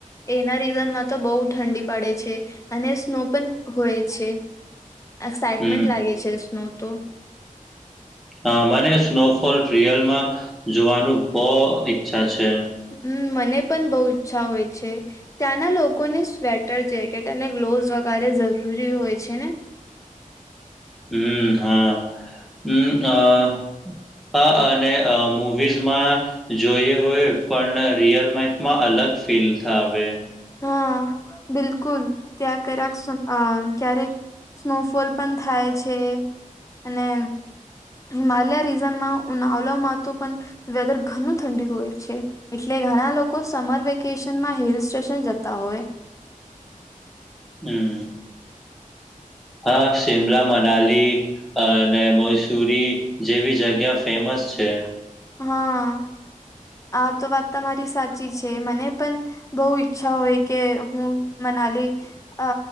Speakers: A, on the left (about 20°); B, in the centre.
A: એના સીઝનમાં તો બહુ ઠંડી પડે છે. અને સ્નો પણ હોય છે એક્સાાઈટમેન્ટ
B: હમ
A: લાગે છે સ્નો તો
B: હ મને સ્નોફોલ રિયલમાં જોવાનું બો ઈચ્છા છે.
A: હમ મને પણ બહુ ઈચ્છા હોય છે. ત્યાંના લોકોને સ્વેટર જેકેટ અને ગ્લોવસ વગેરે જરૂરી હોય છે ને
B: હમ હા હમ આ અ અને અ મુવીઝમાં જોયુ હોય પણ રિયલ લાઇફમાં અલગ ફીલ થાવે
A: હા બિલકુલ ત્યાં કારે સુ ક્યારેક સ્નોફોલ પણ થાય છે અને હિમાલય રીઝનમાં ઉનાવળમાં તો પણ વેધર ઘનો ઠંડી હોય છે એટલે ઘણા લોકો કોઈ સમર વેકેશનમાં હિલ સ્ટેશન જતા હોય
B: હમ હા શિમલા મનાલી અ અને મૌસુરી જેવી જગ્યા ફેમસ છે.
A: હા આ તો વાત તમારી સાચી છે મને પણ બહુ ઈચ્છા હોય કે હું મનાલી અ